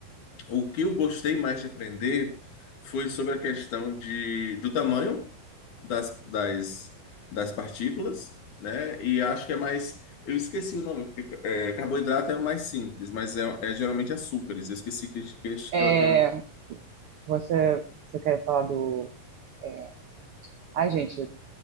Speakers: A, on the left; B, on the right.
A: o que eu gostei mais de aprender foi sobre a questão de, do tamanho das, das, das partículas, né? E acho que é mais. Eu esqueci o nome, porque é, carboidrato é o mais simples, mas é, é geralmente açúcares. Eu esqueci que, que, que
B: É,
A: ela tem um.
B: você, você quer falar do. é, Ai, gente,